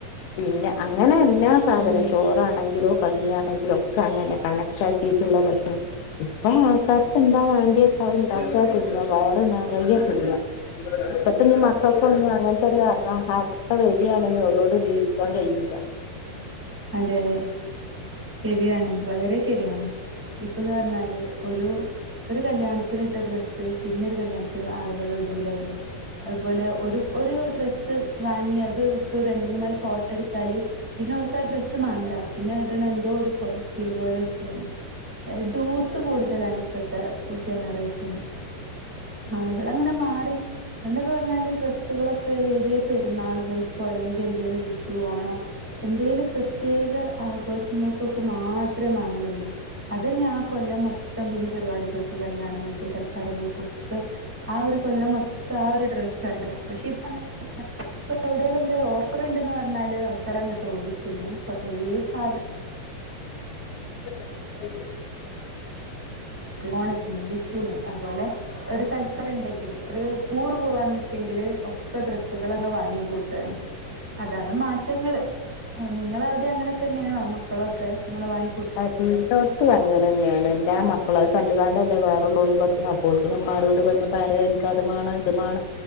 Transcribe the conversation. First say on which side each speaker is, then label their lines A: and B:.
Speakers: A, on the left; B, in the centre.
A: പിന്നെ അങ്ങനെ എ ല്ലാ സാധനം
B: ഉം
A: ചോറാണെങ്കിലും കഞ്ഞ്യാണെങ്കിലും ഒക്കെ അങ്ങന്നെ കണക്കാക്കിട്ട്‌ള്ള ഭക്ഷണം ഇപ്പ ആൾക്കാർക്ക്ന്താ വേണ്ട്യേ അഹ് ഇണ്ടാക്കാ തിന്ന വയറ്‌ നിറയെ തിന്ന ഇപ്പത്തഞ്ഞ് മക്കക്കൊന്നും അങ്ങൻ അങ്ങൻത്തൊരവസ്ഥ വര്യാണെങ്കി ഓലോട്‌ ജീവിക്കാൻ കയ്യൂല.
B: അതെ അതെ ശരിയാണ് വളരെ ശരിയാണ്. ഇപ്പന്ന് പർഞ്ഞാല് ഒരു ഒരു കല്യാണത്തിന് ഇട്ട ഡ്രസ്സ് പിന്നെ ഒരു കല്യാണത്തിന് ആള്കള് ഇടൂലല്ലോ അതുപോലെ ഒരു ഒരു ഡ്രസ്സ് വാങ്ങി അത് ഇട്ട് രണ്ട് മൂന്നാല് ഫോ ട്ടൊ എട്ത്താല് പിന്നെ ഓൽക്ക് ആ ഡ്രസ്സ് മാണ്ട പിന്നെ അത്ഇട്ണെ എന്തോ ഒര് കൊർച്ചില് പോലൊ ക്കെണ്. ഏഹ് ധൂർത്ത് കൂടുതലാണ് ഇപ്പത്തെ ജനറേഷന്. ആള്കളങ്ങനെ മാറി. പണ്ടൊക്കെ പർഞ്ഞാല് ഡ്രെസ്സുകളൊക്കെ വേതേ പെര്ന്നാള്കൾക്കോ അല്ലെങ്കി എന്തേലും വിഷു ഓണം എന്തേലും പ്രത്യേക ആഘോഷങ്ങൾക്കൊക്കെ മാത്ര മാങ്ങലൊള്ളൂ. അതന്നെ ആ കൊല്ലം മൊത്തം പിന്നെ പരിപാടികൾക്ക് കല്യാണങ്ങൾക്ക് സൽക്കാരങ്ങൾക്കും. ഒക്കെ ആ ഒരു കൊല്ലം മൊത്തം ആ ഒരു ഡ്രസ്സ് സ്സാണ്ടാ പക്ഷെ ഇപ്പ അങ്ങനെല്ല ഇപ്പഎവിടെേലും എന്തേ ഓഫറ്ണ്ട് ന്ന് പർഞ്ഞാല് ആൾക്കർ അങ്ങോട്ട് ഓടി. ചെല്ലും കൊറേ സാധ
A: <unintelligible>
B: ഓണത്തിന് വിഷുന് അതുപോലെ ഒരു സൽക്കരം ഇണ്ടെങ്കില് ഒരു ടൂറ് പോവാന്ന് വെച്ചെങ്കില് ഒക്കെ ഡ്രസ്സുകളങ്ങനെ വാങ്ങി കൂട്ടാണ്. അതാണ് മാറ്റങ്ങള് നിങ്ങളവ് ടിം അങ്ങനൊക്കെന്നെണോ? മക്കളൊക്കെ അങ്ങനെ വാങ്ങി
A: അത് എല്ലോട്ത്തും അങ്ങനെന്നെണ് എല്ലാ മക്കളും അത് കണ്ട്കാണ്ടല്ലേ വേറെള്ളോലും അപ്പോക്ക്ന്‌ മ്മാരോട് വന്ന് പറ്യന്നെ അത് മാണം ഇത് മാണം